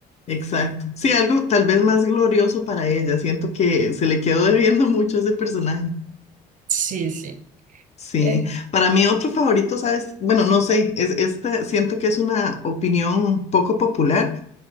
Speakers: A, on the left; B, on the right.
A: exacto. Sí, algo tal vez más glorioso para ella, siento que se le quedó debiendo mucho a ese personaje.
B: Sí, sí.
A: Sí,
B: Eh,
A: para mí otro favorito, ¿sabes? Bueno, no sé, es este, siento que es una opinión poco popular,